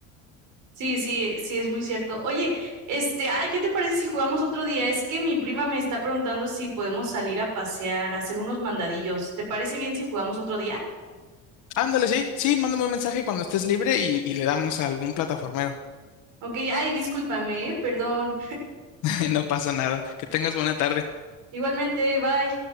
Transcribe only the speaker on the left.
Ándale, sí, sí, mándame un mensaje cuando estés libre y, y le damos a algún plataformero.
<laughs> No pasa nada. Que tengas buena tarde.